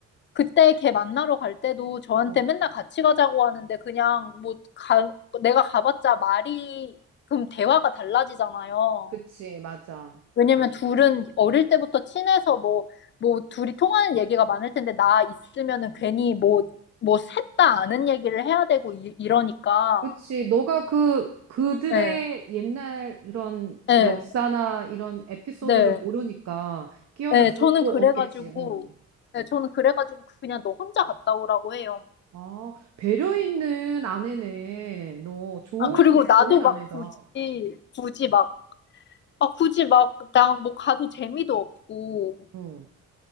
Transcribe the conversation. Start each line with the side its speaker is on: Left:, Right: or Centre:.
Left: 그때 걔 만나러 갈 때도 저한테
Right: 어.
Left: 맨날 같이 가자고 하는데 그냥 뭐 가, 내가 가봤자 말이 그럼 대화가 달라지잖아요.
Right: 그치, 맞아.
Left: 왜냐면 둘은 어릴 때부터 친해서 뭐, 뭐 둘이 통하는 얘기가 많을 텐데 나 있으면은 괜히 뭐, 뭐 셋 다 아는 얘기를 해야 되고 이, 이러니까.
Right: 그치, 너가 그, 그들의
Left: 예,
Right: 옛날 이런
Left: 예,
Right: 역사나 이런 에피소드를
Left: 네.
Right: 모르니까 끼어들
Left: 예,
Right: 수도
Left: 저는 그래가지고,
Right: 없겠지, 응.
Left: 예, 저는 그래가지고 그냥 너 혼자 갔다 오라고 해요.
Right: 아, 배려 있는 아내네. 너 좋은,
Left: 아, 그리고 나도
Right: 좋은 아내다.
Left: 막 굳이, 굳이 막 아, 굳이 막, 나 뭐 가도 재미도 없고,
Right: 응.